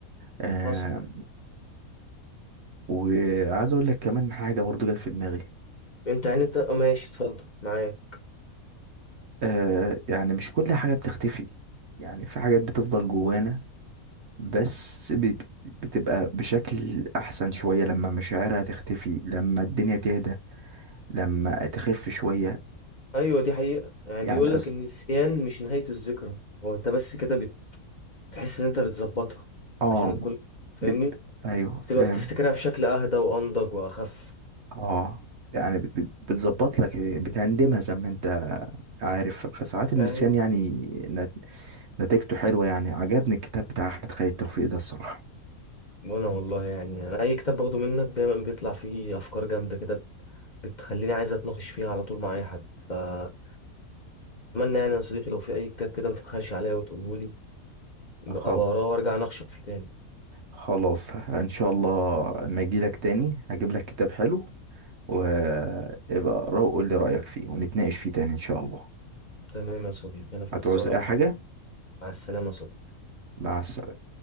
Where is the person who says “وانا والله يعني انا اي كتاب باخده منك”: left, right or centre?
Left